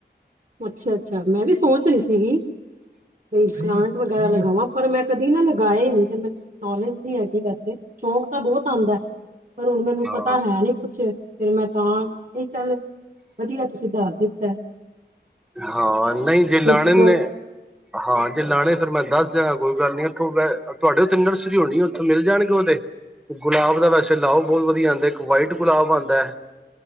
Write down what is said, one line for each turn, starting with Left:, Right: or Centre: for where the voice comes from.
Right: ਅੱਛਾ ਅੱਛਾ ਮੈਂ ਵੀ ਸੋਚ ਰਹੀ ਸੀਗੀ ਬਈ ਪਲਾਂਟ ਵਗੈਰਾ ਲਗਾਵਾਂ ਪਰ ਮੈਂ ਕਦੀ ਨਾ ਲਗਾਏ ਨੀ ਤੇ ਮੈ ਨੌਲੇਜ ਨਹੀਂ ਹੈਗੀ ਵੈਸੇ ਸ਼ੌਂਕ ਤਾਂ ਬਹੁਤ ਆਉਂਦਾ ਪਰ ਹੁਣ ਮੈਨੂੰ
Centre: ਹਾਂ
Right: ਪਤਾ ਹੈ ਨੀ ਕੁਛ ਫਿਰ ਮੈਂ ਤਾਂ ਚੱਲ ਵਧੀਆ ਤੁਸੀਂ ਦੱਸ ਦਿੱਤਾ ਐ
Centre: ਹਾਂ ਨਹੀਂ ਜੇ ਲਾਣੇ
Right: ਮਤਲਬ
Centre: ਨੇ ਹਾਂ ਜੇ ਲਾਣੇ ਫੇਰ ਮੈਂ ਦੱਸ ਦਗਾ ਕੋਈ ਗੱਲ ਨ ਉੱਥੋਂ ਤੁਹਾਡੇ ਉੱਥੇ ਨਰਸਰੀ ਹੋਣੀ ਉੱਥੇ ਮਿਲ ਜਾਣਗੇ ਉਹਦੇ ਗੁਲਾਬ ਦਾ ਵੈਸੇ ਲਾਓ ਬਹੁਤ ਵਧੀਆ ਆਉਦੇ ਇੱਕ ਵਾਈਟ ਗੁਲਾਬ ਆਂਦਾ ਹੈ